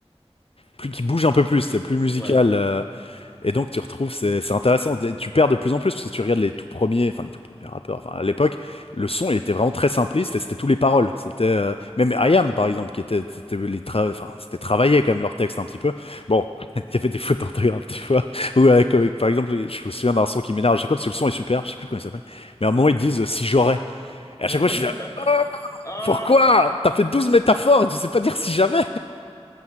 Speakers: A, on the left (about 60°); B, on the left (about 30°).
A: plus qui bougent un peu plus, c'est plus musical.
B: ouais.
A: euh, et donc tu retrouves, c'est c'est intéressant, Des- tu perds de plus en plus, parce que tu regardes les tout premiers, enfin les tout premiers rappeurs, enfin à l'époque, le son il était vraiment très simpliste et c'était tous les paroles. C'était euh, même IAM par exemple, qui était, c'était les tra- enfin, c'était travaillé quand même leur texte un petit peu. Bon, <laughs> il y avait des fautes d'orthographe des fois, ou euh, comme- par exemple, je me souviens d'un son qui m'énerve à chaque fois, parce que le son est super, je sais plus comment il s'appelle, mais à un moment ils disent euh, si j'aurais. Et à
B: <laughs>
A: chaque fois je suis là, Ah,
B: Ah!
A: pourquoi? T'as fait 12 métaphores et tu sais pas dire si j'avais.